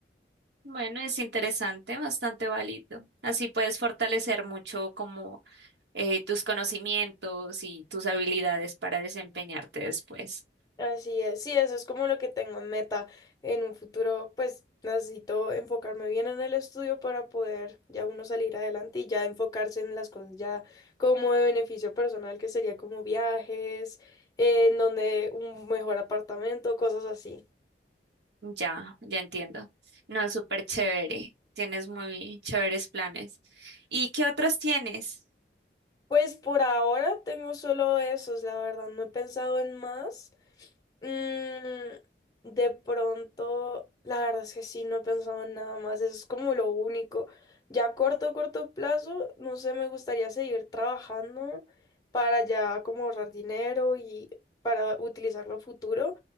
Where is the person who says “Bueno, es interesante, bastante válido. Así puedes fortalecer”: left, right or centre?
Right